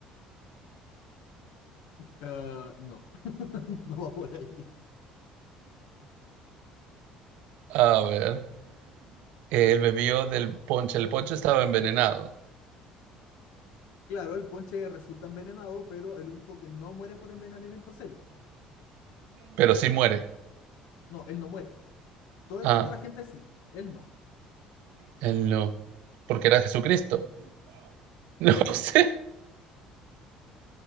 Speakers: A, on the left (about 80°); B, on the right (about 75°).
A: Eh, no, <laughs> no va por ahí.
B: A ver. Él bebió del ponche. El ponche estaba envenenado.
A: Claro, el ponche resulta envenenado, pero el único que no muere por envenenamiento es él.
B: Pero sí muere.
A: No, él no muere. Todo el
B: Ah,
A: resto de la gente sí, él no.
B: él no. Porque era Jesucristo. <laughs> No sé.